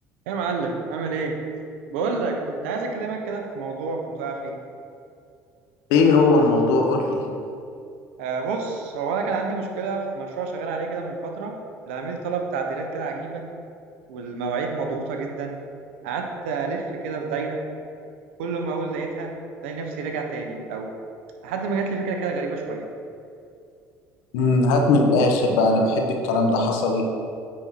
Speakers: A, on the right; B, on the left.
A: يا معلم عامل ايه؟ بقول لك كنت عايز اكلمك كده في موضوع كنت واقع فيه
B: ايه هو الموضوع قول لي
A: آه بص هو انا كان عندي مشكله في مشروع شغال عليه كده من فتره العميل طلب تعديلات كده عجيبه والمواعيد مضغوطه جدا قعدت الف كده في دايره كل ما اقول لقيتها الاقي نفسي راجع تاني من الاول لحد ما جات لي فكره كده غريبه شويه
B: امم هات من الآخر بقى أنا بحب الكلام ده حصل إيه؟